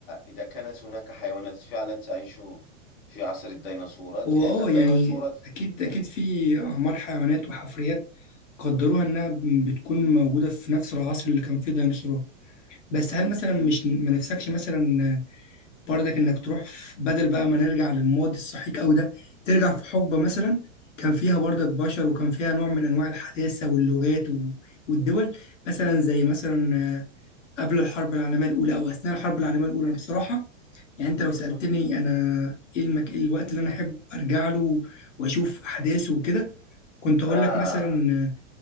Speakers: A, on the left; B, on the left.
A: إذا كانت هناك حيوانات فعلا تعيش في عصر الديناصورات
B: هو
A: لأن الديناصورات
B: اه يعني اكيد
A: نعم
B: اكيد في اعمار حيوانات وحفريات قدروها انها بتكون موجوده في نفس العصر اللي كان فيه ديناصورات بس
A: مم.
B: هل مثلا مش ما نفسكش مثلا برضك انك تروح في- بدل بقى ما نرجع للماضي السحيق قوي ده ترجع في حقبه مثلا كان فيها برضك بشر وكان فيها نوع من انواع الحداثه واللغات و- والدول مثلا زي مثلا قبل الحرب العالميه الاولى او اثناء الحرب العالميه الاولى أنا بصراحه يعني انت لو
A: مهم.
B: سالتني انا ايه المك... إيه الوقت اللي انا احب ارجع له واشوف احداثه وكده كنت هقول
A: آه
B: لك مثلا